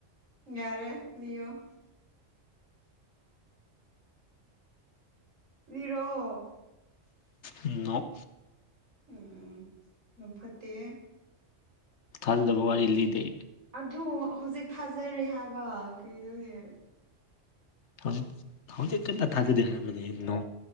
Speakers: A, on the right (about 85°); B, on the left (about 65°).
A: ꯌꯥꯔꯦ ꯂꯤꯌꯣ ꯂꯤꯔꯛꯑꯣ
B: ꯅꫭ
A: ꯎꯝ ꯎꯝ ꯌꯥꯝ ꯐꯠꯇꯦꯍꯦ
B: ꯊꯥꯖꯗꯕ ꯋꯥꯔꯤ ꯂꯤꯗꯦ
A: ꯑꯗꯨ ꯍꯧꯖꯤꯛ ꯊꯥꯖꯔꯦ ꯍꯥꯏꯕ ꯀꯩꯅꯣꯅꯦ
B: ꯍꯧꯖꯤꯛ ꯍꯧꯖꯤꯛ ꯇꯥꯗꯥ ꯊꯥꯖꯗꯦ ꯍꯥꯏꯔꯝꯕꯅꯤ ꯅꯣ